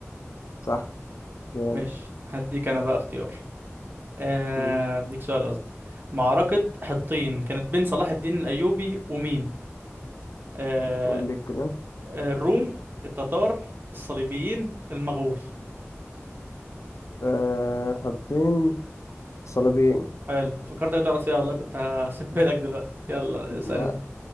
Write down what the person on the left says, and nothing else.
صح جامد
مم.
قول لي كده
أه حاطين صليبيين
لا